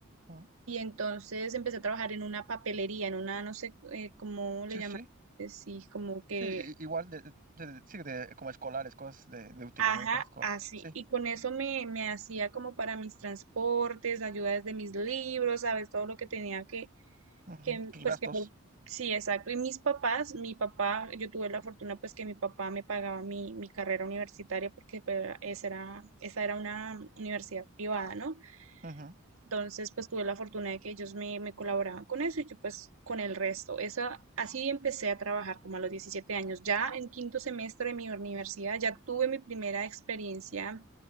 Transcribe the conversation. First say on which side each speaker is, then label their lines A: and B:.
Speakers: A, on the right; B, on the right.
A: Ah,
B: y entonces empecé a trabajar en una papelería, en una, no sé, eh, cómo le
A: Sí,
B: llaman,
A: sí,
B: eh, sí, como que
A: sí, i- igual, de, de- de- sí, de, como escolares, cosas de, de útiles,
B: Ajá,
A: ¿no? Y cosas, cosas,
B: así.
A: sí.
B: Y con eso me, me hacía como para mis transportes, ayudas de mis libros, ¿sabes? Todo lo que tenía que,
A: Ujú,
B: que
A: Tus
B: pues
A: gastos.
B: que... Sí, exacto. Y mis papás, mi papá, yo tuve la fortuna pues que mi papá me pagaba mi, mi carrera universitaria porque pues, era- esa era, esa era una universidad privada, ¿no?
A: Ujú,
B: Entonces, pues tuve la fortuna de que ellos me, me colaboraban con eso y yo pues con el resto. Esa, así empecé a trabajar como a los 17 años. Ya en quinto semestre de mi universidad ya tuve mi primera experiencia